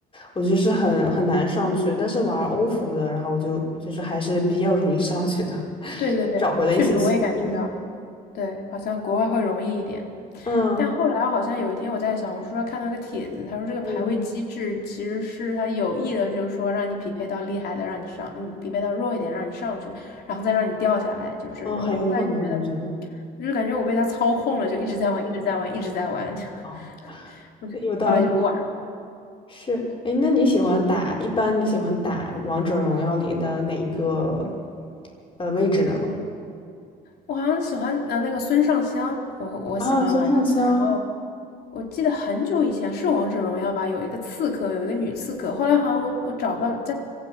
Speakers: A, on the left; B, on the left.
A: 我就是很很难上去，但是玩欧服的，然后我就就是还是比较容易上去的，
B: 对对对，
A: 找回了一些信心。
B: 确实我也感觉到，对，好像国外会容易一点。
A: 嗯
B: 但后来好像有一天我在小红书上看到一个帖子，他说这个排位机制其实是他有意的，
A: 嗯，
B: 就是说让你匹配到厉害的，让你上，嗯，匹配到弱一点，让你上去，然后再让你掉下来，就是这种。
A: 哦，很有可能，
B: 后来就觉得，
A: 我觉得
B: 我就是感觉我被他操控了，就一直在玩，一直在玩，一直在玩，就 <laughs>
A: 哦，有道理。
B: 后来就不玩。
A: 是，哎，那你喜欢打，一般你喜欢打王者荣耀里的哪一个呃位置呢？
B: 我好像喜欢呃那个孙尚香，我我喜欢玩他。
A: 啊，孙尚香，
B: 然后我记得很久以前是王者荣耀吧，有一个刺客，有一个女刺客。后来好像我我找不到，在